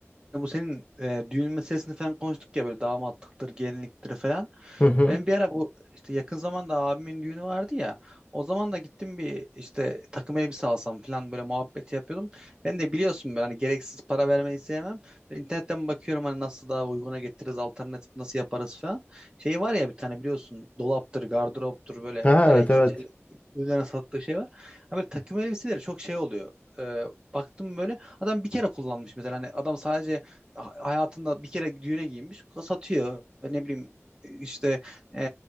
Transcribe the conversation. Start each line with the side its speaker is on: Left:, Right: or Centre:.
Right: İşte bu senin e, düğün meselesini falan konuştuk ya böyle damatlıktır, gelinliktir falan.
Left: Hı hı.
Right: Ben bir ara bu işte yakın zamanda abimin düğünü vardı ya. O zaman da gittim bir işte takım elbise alsam falan böyle muhabbeti yapıyordum. Ben de biliyorsun ben hani gereksiz para vermeyi sevmem. Ben internetten bakıyorum hani nasıl daha uyguna getiririz, alternatif nasıl yaparız falan. Şey var ya bir tane biliyorsun dolaptır, gardıroptur böyle
Left: Ha,
Right: e,
Left: evet
Right: ikinci
Left: evet.
Right: el üzerine sattığı şey var. Abi takım elbiseleri çok şey oluyor. E, baktım böyle adam bir kere kullanmış mesela hani adam sadece ha- hayatında bir kere düğüne giymiş satıyor ne bileyim işte e,